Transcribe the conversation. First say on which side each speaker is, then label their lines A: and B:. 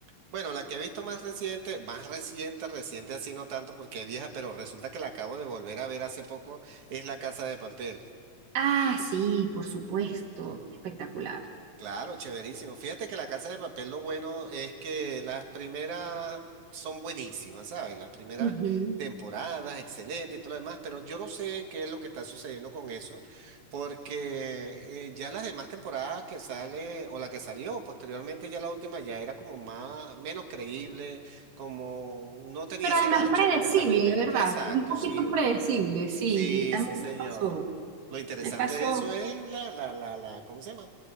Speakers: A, on the right; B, on the right.
A: Bueno, la que he visto más reciente, más reciente, reciente así no tanto porque es vieja, pero resulta que la acabo de volver a ver hace poco, es La Casa de Papel.
B: Ah, sí, por supuesto, espectacular.
A: Claro, chéverísimo. Fíjate que La Casa de Papel lo bueno es que las primeras son buenísimas, ¿sabes? Las primeras
B: Ujú.
A: temporadas, excelente y todo lo demás, pero yo no sé qué es lo que está sucediendo con eso, porque eh, ya las demás temporadas que sale o la que salió posteriormente, ya la última ya era como más, menos creíble, como no tenía
B: Pero
A: ese
B: además
A: gancho
B: predecible,
A: que tenía la primera.
B: ¿verdad?
A: Exacto,
B: Un poquito
A: sí,
B: predecible, sí,
A: sí,
B: también
A: sí, señor.
B: me pasó.
A: Lo interesante
B: Me pasó,
A: de eso es la, la, la, la, ¿cómo se llama?